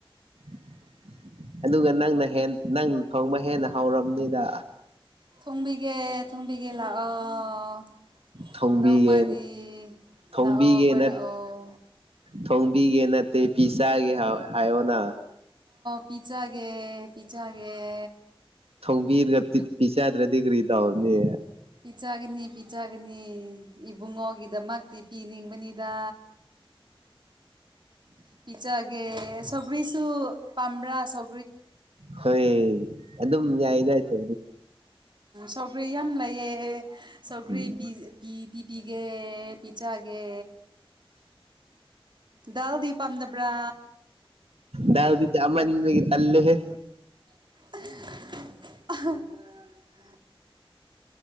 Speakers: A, on the right; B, on the right.
A: <inaudible> ꯑꯗꯨꯒ ꯅꯪꯅ ꯍ ꯅꯪꯅ ꯊꯣꯡꯕ ꯍꯦꯟꯅ ꯍꯧꯔꯕꯝꯅꯤꯗ
B: ꯊꯣꯡꯕꯤꯒꯦ ꯊꯣꯡꯕꯤꯒꯦ ꯂꯥꯛꯑꯣ
A: ꯊꯣꯡꯕꯤꯒꯦ
B: ꯅꯣꯡꯃꯗꯤ
A: ꯊꯣꯡꯕꯤꯒꯦꯅ
B: ꯂꯥꯛꯑꯣ ꯀꯣꯏ ꯂꯥ ꯑꯣ
A: ꯊꯣꯡꯕꯤꯒꯦ ꯅꯠꯇꯦ ꯄꯤ ꯆꯥꯒꯦ ꯍꯥꯏꯌꯣꯅ
B: ꯄꯤꯖꯖꯥꯒꯦ ꯄꯤꯖꯖꯥꯒꯦ
A: ꯊꯣꯡꯕꯤꯔꯒ ꯄꯤ ꯆꯗ꯭ꯔꯗꯤ ꯀꯔꯤ ꯇꯧꯅꯦ
B: ꯄꯤꯖꯒꯅꯤ ꯄꯤꯖꯒꯅꯤ ꯏꯕꯨꯡꯉꯣꯒꯤꯗꯃꯛꯇꯤ ꯏꯤꯅꯤꯡꯕꯅꯤꯗ ꯄꯤꯖꯒꯦ ꯁꯒꯔꯤꯁꯨꯨ ꯄꯥ꯭ꯔꯥ ꯁ
A: ꯍꯣꯏ ꯑꯗꯨꯝ ꯌꯥꯏꯗꯥꯏ ꯊ
B: ꯁꯕ꯭ꯔꯤ ꯌꯥꯝ ꯂꯩꯌꯦ ꯁꯧꯒꯔꯤ
A: ꯎꯝ
B: ꯄꯤ ꯄꯤꯕꯤꯤꯒꯦ ꯄꯤꯖꯥꯒꯦ ꯗꯜꯗꯤ ꯄꯥꯝꯗꯕ꯭ꯔꯥ
A: ꯗꯎꯗꯤ ꯆꯃꯟ ꯇꯂꯦꯦ
B: ꯑ